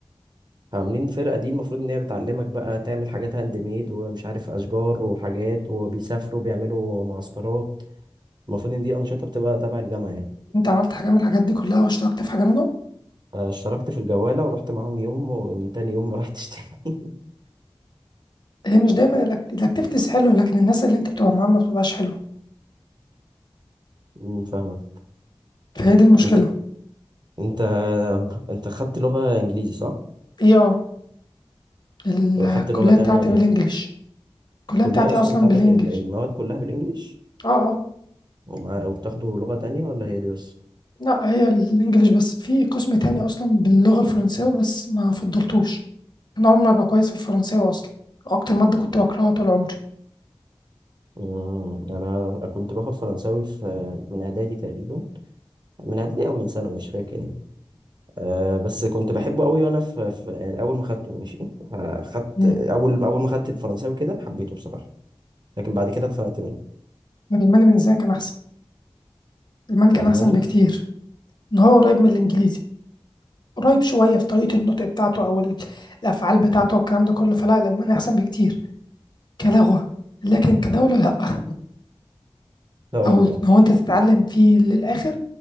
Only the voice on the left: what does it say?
انت عملت حاجه من الحاجات دي كلها واشتركت في حاجه منهم
هي مش دايما الأكت- الاكتيفيتيز حلوه لكن الناس اللي انت بتبقى معاهم ما بتبقاش حلوه
فهي دي المشكله
ايه اه الكليه
بتاعتي
بالانجلش الكليه
بتاعتي
اصلا
بالانجلش
اه اه
لا هي الانجليش بس في قسم تاني اصلا باللغه الفرنساوي بس ما فضلتوش انا عمري ما ابقى كويس في الفرنساوي اصلا اكتر ماده كنت بكرهها طول عمري
مم.
الالماني بالنسبه لي كان احسن الالماني كان
احسن بكتير ان هو قريب من الانجليزي قريب شوية في طريقة النطق بتاعته أو ال- الأفعال بتاعته والكلام ده كله فلا الألماني أحسن بكتير كلغة لكن كدولة لأ <laughs>
أو لو أنت تتعلم فيه للآخر